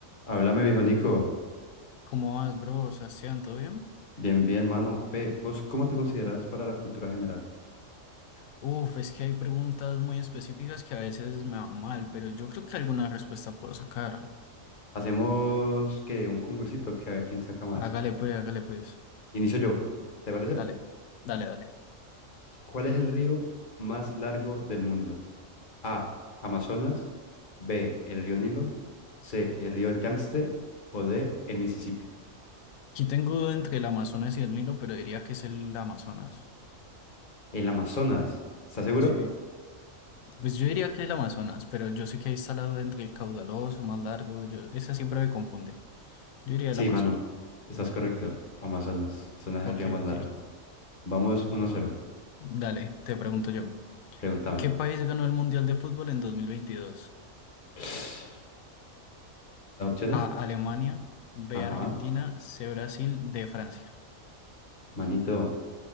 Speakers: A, on the left (about 40°); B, on the left (about 80°).
A: Háblame, viejo Nico.
B: ¿Cómo vas, bro? Sebastián, ¿todo bien?
A: Bien, bien, mano. Ve, ¿vos cómo te consideras para la cultura general?
B: Uf, es que hay preguntas muy específicas que a veces me van mal, pero yo creo que alguna respuesta puedo sacar.
A: Hacemos que un concursito, que a ver quién saca más.
B: Hágale pues, hágale pues.
A: Inicio yo. ¿Te parece?
B: Dale, dale, dale.
A: ¿Cuál es el río más largo del mundo? A. Amazonas. B. El río Nilo. C. El río Yangtze. O D. El Mississippi.
B: Aquí tengo duda entre el Amazonas y el Nilo, pero diría que es el Amazonas.
A: El Amazonas. ¿Estás seguro?
B: Sí, pues yo diría que es el Amazonas, pero yo sé que ahí está la duda entre el caudaloso, más largo. Yo, esa siempre me confunde. Yo diría
A: Sí,
B: el Amazonas.
A: mano. Estás correcto. Amazonas. Amazonas
B: Ok,
A: es el río más
B: ok.
A: largo. Vamos uno cero
B: Dale, te pregunto yo.
A: Pregúntame.
B: ¿Qué país ganó el Mundial de Fútbol en 2022?
A: <sniffs> ¿Las opciones?
B: A Alemania, B
A: Ajá.
B: Argentina, C Brasil, D Francia.
A: Manito,